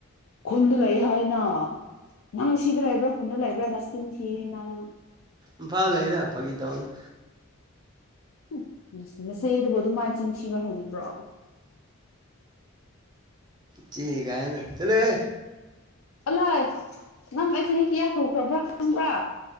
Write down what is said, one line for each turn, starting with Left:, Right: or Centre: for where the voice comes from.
Left: ꯈꯨꯟꯗ ꯂꯩ ꯍꯥꯏꯅ ꯅꯪ ꯁꯤꯗ ꯂꯩꯕ꯭ꯔꯥ ꯈꯨꯟꯗ ꯂꯩꯕ꯭ꯔꯥ ꯅꯆꯤꯟ ꯊꯤꯌꯦꯅ ꯅꯪ
Right: ꯏꯝꯐꯥꯜ ꯂꯩꯗ ꯐꯥꯒꯤ ꯇꯧꯕꯅꯦ
Left: ꯎ ꯅ ꯅꯆꯦꯗꯕꯨ ꯑꯗꯨꯃꯥꯏ ꯆꯤꯟ ꯊꯤꯕꯥ ꯍꯧꯅꯕ꯭ꯔꯣ
Right: ꯊꯤ ꯀꯥꯏꯅ ꯆꯠꯂꯣꯍꯦ
Left: ꯑꯂꯥꯏ ꯅꯪ ꯑꯩ ꯆꯍꯤ ꯀꯌꯥ ꯊꯣꯛꯈ꯭ꯔꯕ꯭ꯔꯥ ꯇꯨꯝꯕ